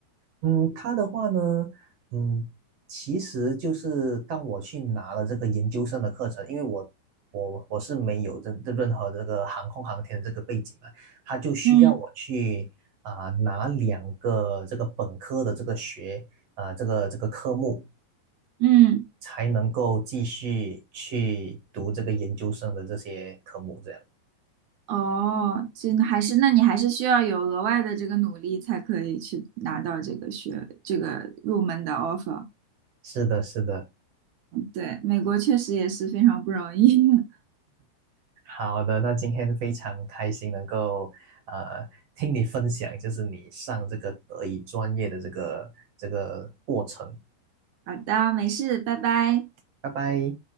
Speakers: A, on the right; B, on the right.
A: 嗯，他的话呢，嗯，其实就是当我去拿了这个研究生的课程，因为我我我是没有这这任何这个航空航天的这个背景嘛，他就需要我去啊、
B: 嗯
A: 拿两个这个本科的这个学啊、这个这个科目，
B: 嗯，
A: 才能够继续去读这个研究生的这些科目，这样。
B: 哦，真的还是那你还是需要有额外的这个努力才可以去拿到这个学这个入门的 offer。
A: 是的，是的，
B: 对，美国确实也是非常不容易。<laughs>
A: 好的，那今天非常开心能够呃听你分享，就是你上这个德语专业的这个这个过程。
B: 好的，没事，拜拜。
A: 拜拜。